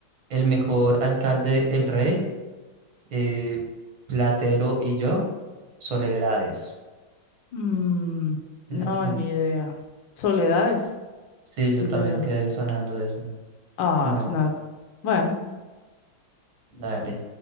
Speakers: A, on the right; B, on the left.
A: ¿El mejor alcalde, el rey? eh, Platero y yo, Soledades.
B: Mm, no,
A: La siguiente.
B: ni idea. Soledades,
A: Sí, yo
B: digo
A: también
B: yo.
A: quedé sonando eso.
B: Ah,
A: No,
B: Snag. Bueno,
A: dale.